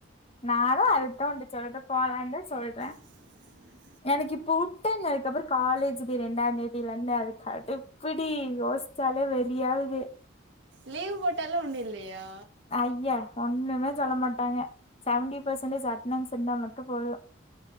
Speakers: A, on the left; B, on the right.
A: நானும் அததான் உண்ட சொல்றேன் போலான்னு தான் சொல்றேன்
B: <inaudible>
A: எனக்கு இப்ப உட்டா நீ அதுக்கப்புறம் காலேஜ்க்கு ரெண்டாம்ந்தேதில இருந்து அதுக் கடுப்புடி யோசி சிக்சாலே வெறியாகுது
B: லீவ் போட்டாலாம் ஒண்ணு இல்லியா
A: ஐய ஒண்ணுமே சொல்ல மாட்டாங்க செவன்டி பெர்சன்டேஜ் அட்டன்ஸ் இருந்தா மட்டும் போதும்